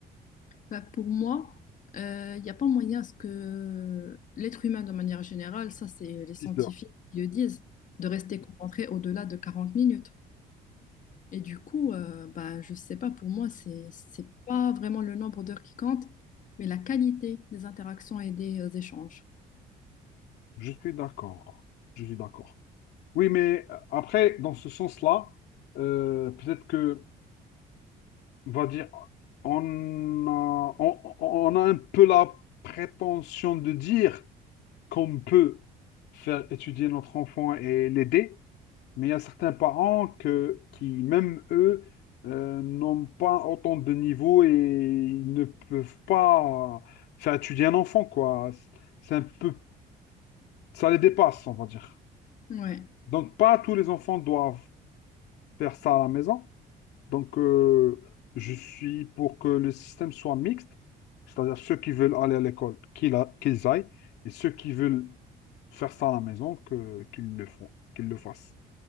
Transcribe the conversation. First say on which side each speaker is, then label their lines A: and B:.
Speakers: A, on the left; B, on the left.
A: Bah, pour moi, il n'y a pas moyen à ce que l'être humain, de manière générale, ça c'est les scientifiques
B: 6h.
A: qui le disent, de rester concentré au-delà de 40 minutes. Et du coup, euh, bah, je sais pas, pour moi, c'est, c'est pas vraiment le nombre d'heures qui compte, mais la qualité des interactions et des euh, échanges.
B: Je suis d'accord. Je suis d'accord. Oui, mais euh, après, dans ce sens-là, euh, peut-être que, on va dire, on a, on, on a un peu la prétention de dire qu'on peut faire étudier notre enfant et l'aider, mais il y a certains parents que, qui, même eux, euh, n'ont pas autant de niveau et ils ne peuvent pas faire étudier un enfant, quoi. C'est un peu, ça les dépasse, on va dire.
A: Ouais.
B: Donc, pas tous les enfants doivent faire ça à la maison. Donc, euh, je suis pour que le système soit mixte, c'est-à-dire ceux qui veulent aller à l'école, qu'ils a- qu'ils aillent, et ceux qui veulent faire ça à la maison, que, qu'ils le font, qu'ils le fassent.